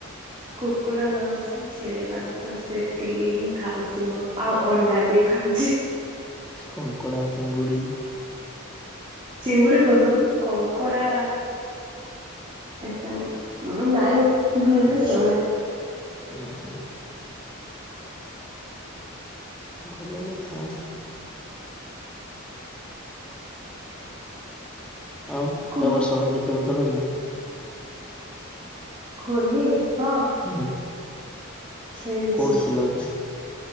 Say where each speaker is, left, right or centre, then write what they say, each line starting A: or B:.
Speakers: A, on the right; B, in the centre.
A: କୁକୁଡ଼ା ମାଂସ। ଛେଳି ମାଂସ ସେତିକି ହିଁ ଖାଉଛି ମୁଁ ଆଉ ଅଣ୍ଡା ବି ଖାଉଚି।
B: କଙ୍କଳା ଚିଙ୍ଗୁଡି
A: ଚିଙ୍ଗୁଡି ପସନ୍ଦ କଙ୍କଡ଼ା ଏତେ ନାଇଁ ଭଲ ଚଣା।
B: ଉଁ ହୁଁ। ଭଲ କଥା। ଆଉ
A: କୁହ
B: ଏବର୍ଷ ହୋଲି ଖେଳୁଥିଲ ନା ନାଇଁ?
A: ହୋଲି ହଁ।
B: ହୁଁ
A: ଖେଳିଛି
B: କୋଉଠି ଥିଲକି?